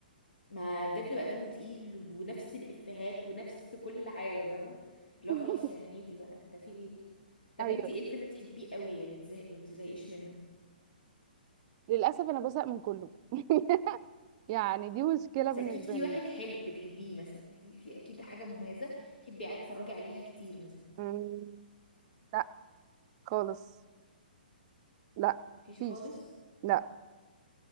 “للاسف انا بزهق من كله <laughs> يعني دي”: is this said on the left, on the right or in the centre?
Right